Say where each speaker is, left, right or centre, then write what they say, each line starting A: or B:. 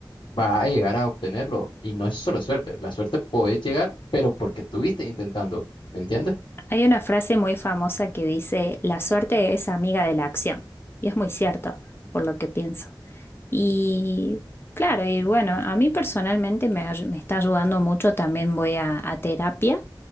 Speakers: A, on the left; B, on the left.
A: va a llegar a obtenerlo. Y no es solo suerte, la suerte puede llegar, pero porque estuviste intentando, ¿me entiendes?
B: Hay una frase muy famosa que dice, la suerte es amiga de la acción, y es muy cierto, por lo que pienso. Y claro, y bueno, a mí personalmente me, ayu- me está ayudando mucho, también voy a, a terapia